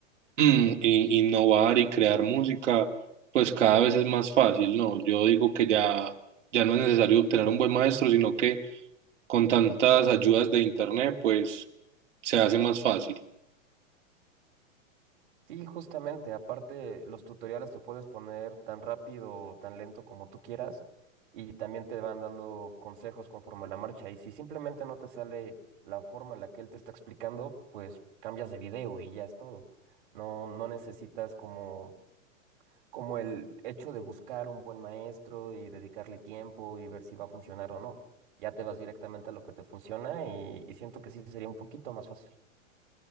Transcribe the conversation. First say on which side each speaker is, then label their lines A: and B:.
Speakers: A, on the right; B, on the right.
A: Mm, y- innovar y crear música, pues cada vez es más fácil, ¿no? Yo digo que ya, ya no es necesario tener un buen maestro, sino que con tantas ayudas de internet, pues se hace más fácil.
B: Sí, justamente. Aparte, los tutoriales te puedes poner tan rápido o tan lento como tú quieras y también te van dando consejos conforme a la marcha. Y si simplemente no te sale la forma en la que él te está explicando, pues cambias de video y ya es todo. No, no necesitas como, como el hecho de buscar un buen maestro y dedicarle tiempo y ver si va a funcionar o no. Ya te vas directamente a lo que te funciona y, y siento que sí sería un poquito más fácil.